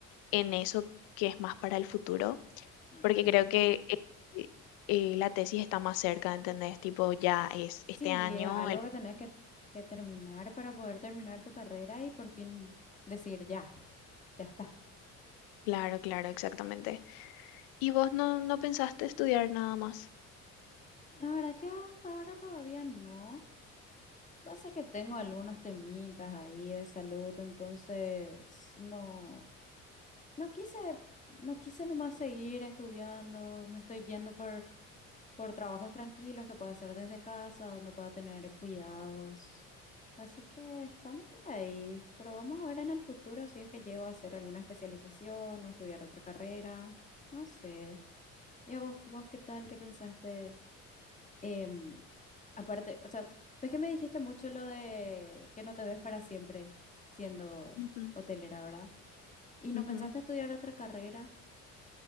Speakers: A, on the left; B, on the left.
A: en eso que es más para el futuro,
B: Claro,
A: porque creo
B: claro.
A: que eh, eh, la tesis está más cerca, ¿entendés? Tipo, ya es este
B: Sí,
A: año,
B: y es algo
A: el...
B: que tenés que, que terminar para poder terminar tu carrera y por fin decir ya, ya está.
A: Claro, claro, exactamente. ¿Y vos no, no pensaste estudiar nada más?
B: La verdad que hasta ahora todavía no. Pasa que tengo algunos temitas ahí de salud, entonces no, no quise, no quise nomás seguir estudiando, me estoy yendo por por trabajos tranquilos que pueda hacer desde casa, donde pueda tener cuidados. Así que estamos por ahí, pero vamos a ver en el futuro si es que llego a hacer alguna especialización o estudiar otra carrera, no sé. ¿Y a vos, vos qué tal? ¿Qué pensaste? Em, aparte, o sea, ves que me dijiste mucho lo de que no te ves para siempre siendo
A: Ujú,
B: hotelera, ¿verdad? ¿Y no
A: ujú.
B: pensaste estudiar otra carrera?